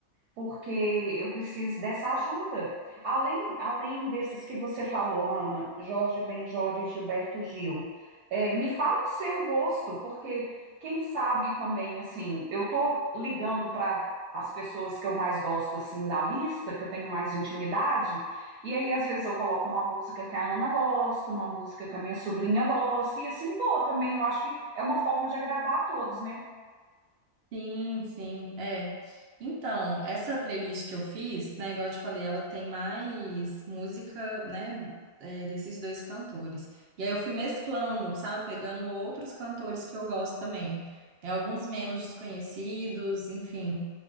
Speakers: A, on the right; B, on the right.
A: porque eu preciso dessa ajuda. Além, além desses que você falou, Ana, Jorge Benjor e Gilberto Gil, é, me fala o seu gosto, porque quem sabe também, assim, eu tô ligando para as pessoas que eu mais gosto, assim, da lista, que eu tenho mais intimidade, e aí às vezes eu coloco uma música que a Ana gosta, uma música que a minha sobrinha gosta, e assim vou também, eu acho que é uma forma de agradar a todos, né?
B: Sim, sim, é. Então, essa playlist que eu fiz, né, igual eu te falei, ela tem mais música, né, é, desses dois cantores. E aí eu fui mesclando, sabe, pegando outros cantores que eu gosto também. É, alguns menos desconhecidos, enfim.